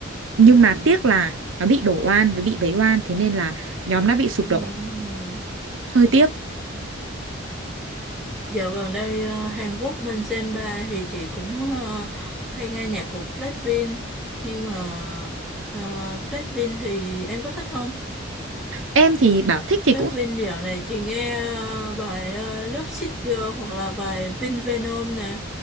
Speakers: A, on the right (about 75°); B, in the centre.
A: nhưng mà tiếc là nó bị đổ oan với bị vấy oan thế nên là nhóm đã bị sụp
B: ờ,
A: đổ
B: ờ.
A: hơi tiếc
B: Dạo gần đây ờ, Hàn Quốc bên Senpa thì chị cũng ờ, hay nghe nhạc của Blackpink. Nhưng mà ờ, Blackpink thì em có thích không?
A: em thì bảo thích thì
B: Rap
A: cũng
B: Vin dạo này chị nghe ờ, bài ờ, Love Sick Girl hoặc là bài Pink Venom nè